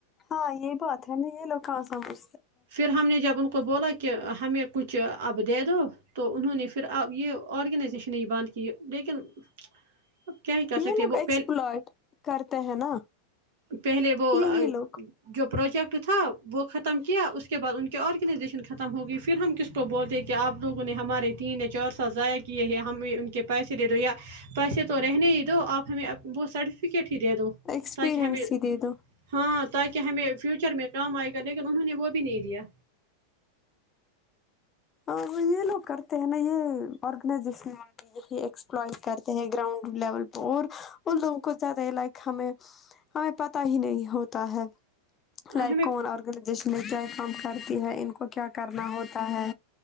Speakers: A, on the left (about 30°); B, on the right (about 65°).
A: ہاں یہی بات ہے یہ لوگ کہاں سمجھ
B: پھر ہم نے جب ان کو بولا کہ ہمیں کچھ اب دے دو تو انہوں نے پھر آپ یہ ارگنائزیشن ہی بند کی لیکن اب کیا ہی کر
A: یہ
B: سکتے
A: لوگ
B: وہ
A: ایکسپلٹ
B: پہلے
A: کرتے ہیں نا
B: پہلے وہ
A: یہی لوگ
B: جو پروجیکٹ تھا وہ ختم کیا اس کے بعد ان کی ارگنائزیشن ختم ہو گئی پھر ہم کس کو بولتے کہ اپ لوگوں نے ہمارے تین یا چار سال ضائع یہ ہے ہمیں ان کے پیسے دے دو یا پیسے تو رہنے ہی دو اپ ہمیں وہ سرٹیفکیٹ ہی دے دو
A: ایکسپیرئنس
B: تاکہ ہمیں
A: ہی دے دو
B: ہاں تاکہ ہمیں فیوچر میں کام ائے گا لیکن انہوں نے وہ بھی نہیں دیا
A: ہاں یہ لوگ کرتے ہیں نا یہ ارگنائزیشن یہی ایکسپلئ کرتے ہیں گراؤنڈ لیول پہ اور ان لوگوں کو زیادہ ہی لائک ہمیں ہمیں پتہ ہی نہیں ہوتا ہے لائک
B: ہمیں
A: اور ارگنائزیشن جائے کام کرتی ہے ان کو کیا کرنا ہوتا ہے